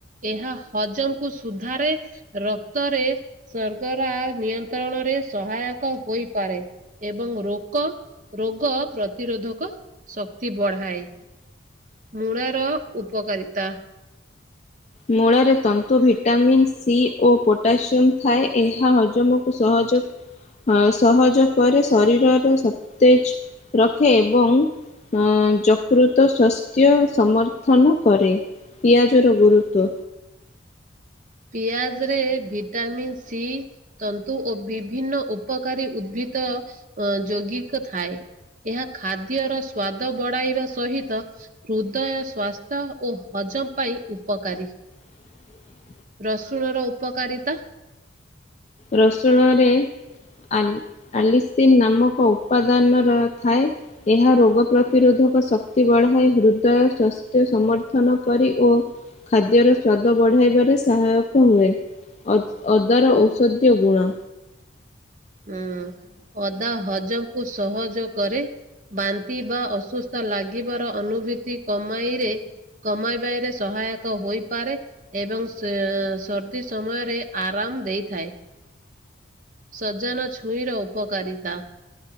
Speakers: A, on the right (about 40°); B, on the left (about 35°).
A: ଏହା ହଜମକୁ ସୁଧାରେ ରକ୍ତରେ ସର୍କରା ନିୟନ୍ତ୍ରଣ ରେ ସହାୟକ ହୋଇପାରେ ଏବଂ ରୋଗ ଗ ରୋଗ ପ୍ରତିରୋଧକ ଶକ୍ତି ବଢାଏ। ମୂଳାର ଉପକାରିତା।
B: ମୂଳାରେ ତନ୍ତୁ ଭିଟାମିନ ସି ଓ ପୋଟାସିୟମ ଥାଏ ଏହା ହଜମକୁ ସହଜ ଜଉ <unintelligible> ଅ ସହଜ କରେ ଶରୀରର ସତେଜ ରଖେ ଏବଂ ଅଁ ଯକୃତ ସ୍ୱାସ୍ଥ୍ୟ ସମର୍ଥନ କରେ। ପିଆଜର ଗୁରୁତ୍ବ
A: ପିଆଜ ରେ ଭିଟାମିନ ସି ତନ୍ତୁ ଓ ବିଭିନ୍ନ ଉପକାରୀ ଉଦ୍ଭିଦ ତ ଅ ଯୌଗିକ ଥାଏ। ଏହା ଖାଦ୍ୟର ସ୍ଵାଦ ବଢାଇବା ସହିତ ହୃଦୟ ସ୍ୱାସ୍ଥ୍ୟ ଓ ହ ଜମ୍ ପାଇଁ ଉପକାରୀ
B: <inaudible>
A: ରସୁଣର ଉପକାରିତା
B: ରସୁଣରେ ଆଲି ଆଲିସିନ ନାମକ ଉପାଦାନର ଥାଏ ଏହା ରୋଗ ପ୍ରତିରୋଧ ଶକ୍ତି ବଢାଇ ହୃଦୟ ସ୍ୱାସ୍ଥ୍ୟ ସମର୍ଥନ କରି ଓ ଖାଦ୍ୟର ସ୍ଵାଦ ବଢାଇବାରେ ସହାୟକ ହୁଏ ଅଦାର ଔଷଧ ଧିୟ ଗୁଣ
A: ହ ଅଦା ହଜମ କୁ ସହଜ କରେ। ବାନ୍ତି ବା ଅସୁସ୍ଥ ଲାଗିବାର ଅନୁଭୂତି କମାଇରେ କମାଇବାରେ ସହାୟକ ହୋଇପାରେ ଏବଂ ସଁ ସର୍ଦ୍ଦି ସମୟରେ ଆରାମ ଦେଇଥାଏ। ସଜନା ଛୁଇଁର ଉପକାରିତା।